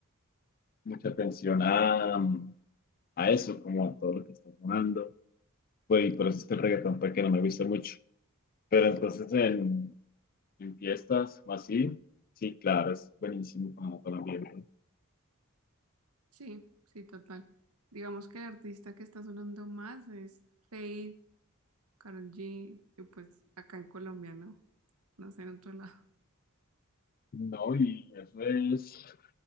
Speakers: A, on the left; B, on the right.
A: mucha atención a, a eso, como a todo lo que está sonando. Pues, y por eso es que el reggaetón fue que no me gusta mucho. Pero entonces en, en fiestas o así, sí, claro, es buenísimo para, para el ambiente.
B: Sí, sí, total. Digamos que el artista que está sonando más es Fade, Karol G, y pues acá en Colombia, ¿no? No sé, en otro lado.
A: No, y eso es